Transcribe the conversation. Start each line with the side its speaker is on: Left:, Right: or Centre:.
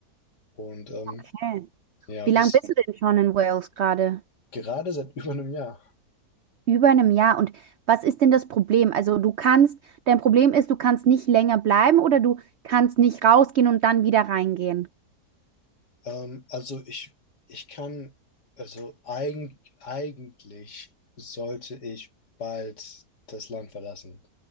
Left: Und ähm,
Right: okay.
Left: ja,
Right: Wie
Left: und
Right: lange
Left: das
Right: bist du denn schon in Wales gerade?
Left: gerade seit <laughs> über einem Jahr.
Right: Über einem Jahr. Und was ist denn das Problem? Also du kannst, dein Problem ist, du kannst nicht länger bleiben oder du kannst nicht rausgehen und dann wieder reingehen.
Left: Ähm, also ich, ich kann, also eig eigentlich sollte ich bald das Land verlassen.